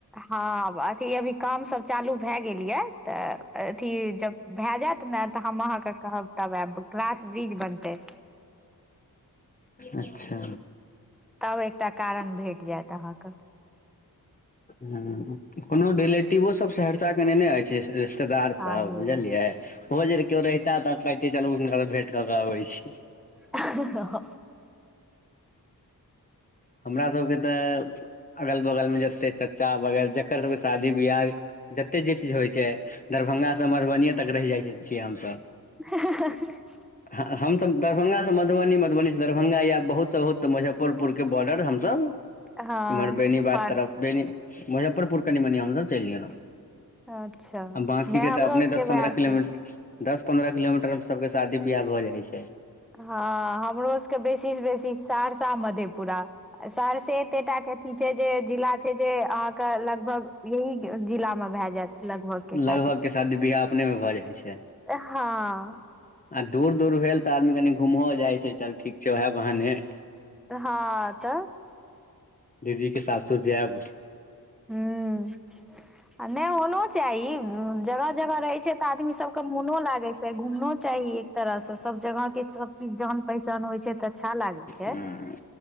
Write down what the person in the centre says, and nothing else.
हँ अथी अभी कामसभ चालू भए गेल यै त अथी जब भए जायत ने त हम अहाँ के कहब तब आयब गलास ब्रिज बनतै
तब एकटा कारण भेट जायत अहाँ क
हँ
एबै।
<unintelligible>
हाँ ही हाँ <inaudible>
हँ
पार्क
अच्छा
नहि
हमरो
सबके
वएह
छै
हँ हमरो सबके बेसी से बेसी सहरसा मधेपुरा सहरसे एतेटा के अथी छै जे जिला छै जे अहाँके लगभग यह जिला मे भाए जायत लगभग के
शादी
हँ
हँ त
हूँ आ नहि होनो चाही जगह जगह रहै छै तऽ आदमीसभ के मोनो लागे छै घुमनो चाही एक तरह से सब जगह के सब चीज जान पहचान होइ छै तऽ अच्छा लागै छै